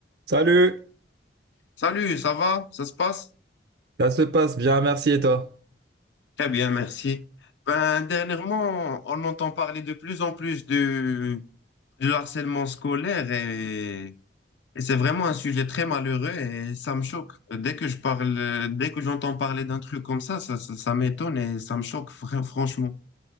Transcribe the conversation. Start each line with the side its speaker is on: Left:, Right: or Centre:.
Right: Salut,
Left: Salut, ça va? Ça se passe?
Right: ça se passe bien, merci et toi?
Left: Très bien, merci. Ben, dernièrement, on entend parler de plus en plus du, du harcèlement scolaire et, et c'est vraiment un sujet très malheureux et ça me choque. Dès que je parle, euh, dès que j'entends parler d'un truc comme ça, ça, ça, ça m'étonne et ça me choque fr- franchement.